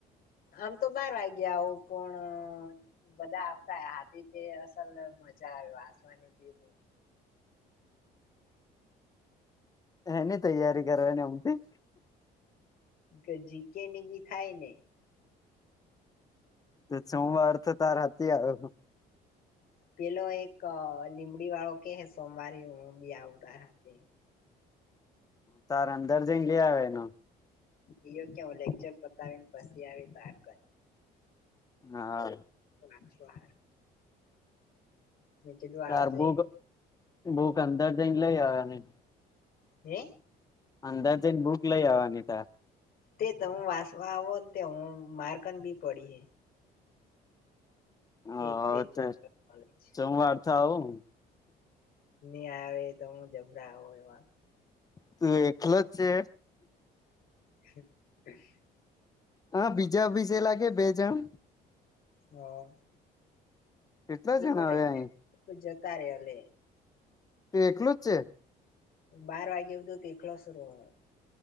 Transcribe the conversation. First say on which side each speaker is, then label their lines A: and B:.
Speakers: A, on the left; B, on the left.
A: આમ તો બાર વાગે આવુ પણ બધા આવતા હાથી તે અસલ મજા આવે વાસવાની બે ની
B: હની તૈયારી કરવાની એમતી.
A: કે જીકે ની ભી થાય ને.
B: સોમવાર તાર હતી આવ્યો
A: પેલો એક લીમડી વાળો કે હે સોમવારે હું બી આવ તાર‌હાથ.
B: તારે અંદર જઈ લે આવે એનો
A: એયો કેવ લેકચર પતાવીને પછી આવે તાર.
B: હા
A: વાંચવા હારું. મેં કીધું આવજે
B: તાર ભૂક
A: એમ કે
B: ભૂક અંદર જઈને લઈ આવની.
A: હે?
B: અંદર જેને બુક લઈ આવવાની તાર.
A: તે તમ વાંસવા આવોને તે હું મારકન બી પડી હે.
B: હ
A: એક તે જનરલ નોલેજ.
B: સોમવાર તો આવું.
A: નહી આવે તો હું જબરા આવો એવા.
B: તું એકલો જ છે.
A: <unintelligible>
B: હા બીજા બીસે લાગે બે જણ.
A: હા
B: કેટલા જણા
A: પણ
B: આવે અહીં.
A: જતા રેઅલે
B: તું એકલું જ છે.
A: બાર વાગે હુધી એકલો <unintelligible>